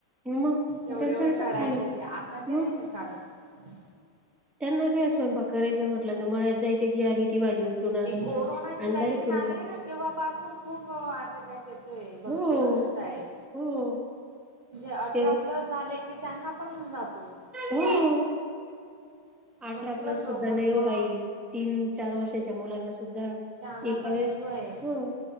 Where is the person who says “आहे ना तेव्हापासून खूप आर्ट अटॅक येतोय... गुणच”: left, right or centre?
Right